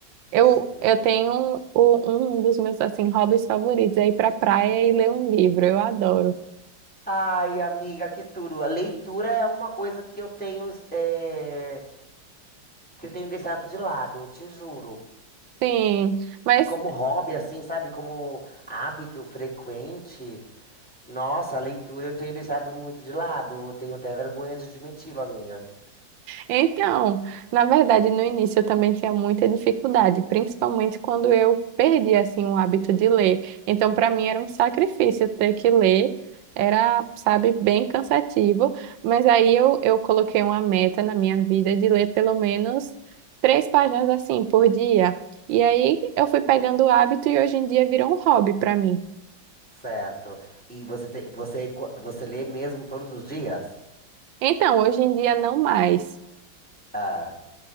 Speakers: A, on the right (about 80°); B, in the centre.
A: Eu,
B: Sim.
A: eu tenho um, o- um dos meus assim hobbies favoritos é ir pra praia e ler um livro. Eu adoro.
B: Ai, amiga, que tudo. A leitura é uma coisa que eu tenho, eh, que eu tenho deixado de lado, te juro.
A: Sim, mas
B: Como hobby, assim, sabe? Como hábito frequente. Nossa, a leitura eu tenho deixado muito de lado. Eu tenho até vergonha de admiti-lo, amiga.
A: Então, na verdade, no início eu também tinha muita dificuldade, principalmente quando eu perdi assim o hábito de ler. Então, para mim era um sacrifício ter que ler, era, sabe, bem cansativo, mas aí eu, eu coloquei uma meta na minha vida de ler pelo menos três páginas assim por dia. E aí eu fui pegando o hábito e hoje em dia virou um hobby para mim.
B: Certo. E você, te- você, co- você lê mesmo todos os dias?
A: Então, hoje em dia não mais.
B: Ah,